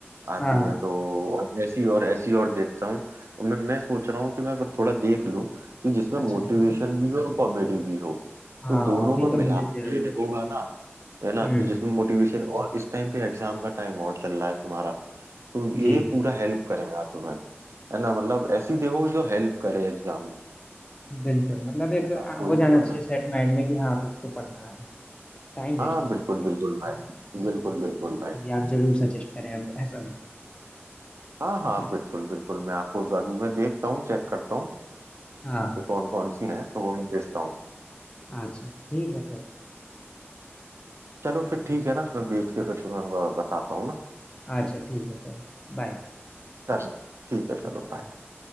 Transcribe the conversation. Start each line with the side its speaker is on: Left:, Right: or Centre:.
Right: आती
Left: हाँ
Right: हैं तो और ऐसी और ऐसी और देखता हूँ मैं मैं सोच रहा हूँ कि मैं थोड़ा देख लूँ कि जिसमें
Left: अच्छा
Right: मोटिवेशन भी हो और कॉमेडी भी हो
Left: हाँ
Right: तो दोनों
Left: अभी
Right: का
Left: तो
Right: मिला
Left: मुझे जरूरी
Right: जो होगा ना है ना
Left: हम्म
Right: कि जिसमें मोटिवेशन और इस टाइम पे एग्जाम का टाइम और चल रहा है तुम्हारा तो ये
Left: जी
Right: पूरा हेल्प करेगा तुम्हें है ना मतलब ऐसी देखो जो हेल्प करे एग्जाम में
Left: बिल्कुल मतलब एक
Right: है
Left: आ,
Right: ना
Left: हो
Right: कोई
Left: जाना
Right: नहीं होगा
Left: चाहिए सेट माइंड में कि हाँ कुछ तो पढ़ना है टाइम वेस्ट
Right: हाँ
Left: नहीं
Right: बिल्कुल
Left: होना चाहिए
Right: बिल्कुल भाई बिल्कुल बिल्कुल भाई
Left: जी आप जरूर सजेस्ट करें अब ऐसा
Right: हाँ हाँ बिल्कुल बिल्कुल मैं आपको अभी मैं देखता हूँ चेक करता हूँ
Left: हाँ
Right: कि कौन कौन सी हैं तो वो मैं भेजता हूँ
Left: अच्छा ठीक है सर
Right: चलो फिर ठीक है ना मैं बेच के फिर तुम्हें ब- बताता हूँ ना
Left: अच्छा ठीक है सर बाय
Right: चलो ठीक है चलो
Left: चलो